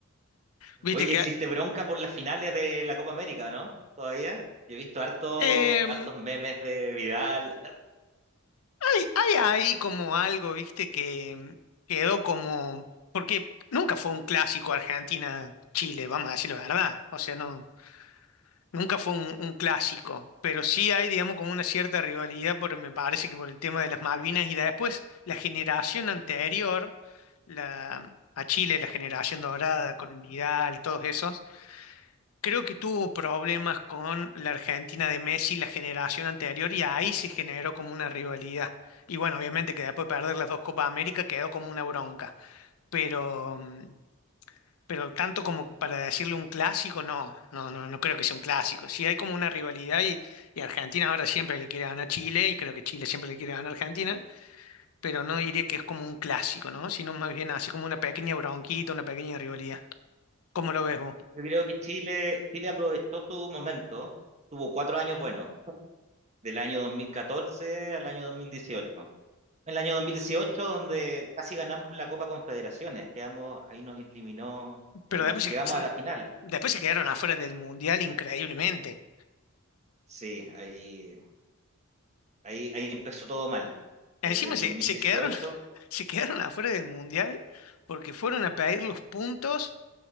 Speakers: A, on the left; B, on the right.
A: Viste
B: Oye,
A: que
B: existe bronca por las finales de la Copa América, ¿no? Todavía. Yo he visto harto,
A: em,
B: hartos memes de Vidal
A: hay, hay ahí como algo, viste, que em, quedó como. Porque nunca fue un clásico Argentina-Chile, vamos a decir la verdad. O sea, no. Nunca fue un, un clásico, pero sí hay, digamos, como una cierta rivalidad, por, me parece que por el tema de las Malvinas y de después la generación anterior, la, a Chile, la generación dorada con Vidal, todos esos, creo que tuvo problemas con la Argentina de Messi, la generación anterior, y ahí se generó como una rivalidad. Y bueno, obviamente que después de perder las dos Copas América quedó como una bronca, pero... mm, pero tanto como para decirle un clásico, no, no, no, no creo que sea un clásico. Sí hay como una rivalidad y, y Argentina ahora siempre le quiere ganar a Chile y creo que Chile siempre le quiere ganar a Argentina, pero no diría que es como un clásico, ¿no? Sino más bien así como una pequeña bronquita, una pequeña rivalidad. ¿Cómo lo ves vos?
B: Yo creo que Chile, Chile aprovechó su momento, tuvo cuatro años buenos, del año 2014 al año 2018. El año 2018, donde casi ganamos la Copa Confederaciones, quedamos, ahí nos eliminó,
A: Pero
B: en
A: después
B: la-
A: se,
B: llegamos
A: se-
B: a la final.
A: después se quedaron afuera del Mundial increíblemente.
B: Sí, ahí, ahí, ahí empezó todo mal,
A: Encima
B: desde el
A: se,
B: 2018.
A: se quedaron, <laughs> se quedaron afuera del Mundial porque fueron a pedir los puntos